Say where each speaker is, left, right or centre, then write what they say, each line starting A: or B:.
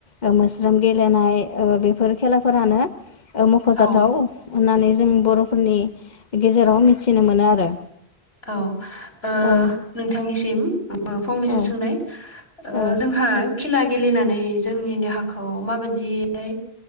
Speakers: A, on the left (about 45°); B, on the left (about 65°).
A: ओ मोस्रोम गेलेनाय ओ बेफोर खेलाफोरानो ओ मख'जाथाव
B: औ
A: होननानै जों बर'फोरनि गेजेराव मिथिनो मोनो आरो
B: औ ओ
A: औ
B: नोंथांनिसिम ओ फंनैसो
A: औ
B: सोंनाय ओ
A: औ
B: जोंहा खेला गेलेनानै जोंनि देहाखौ माबायदियै